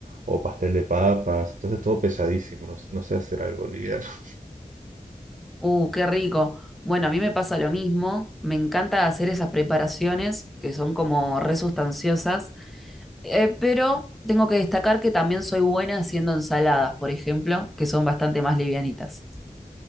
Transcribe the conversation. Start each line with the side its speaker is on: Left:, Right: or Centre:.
Right: o pastel de papas, entonces todo pesadísimo, no, no sé hacer algo liviano. <laughs>
Centre: Uh, qué rico. Bueno, a mí me pasa lo mismo. Me encanta hacer esas preparaciones que son como resustanciosas Eh, pero tengo que destacar que también soy buena haciendo ensaladas, por ejemplo, que son bastante más livianitas.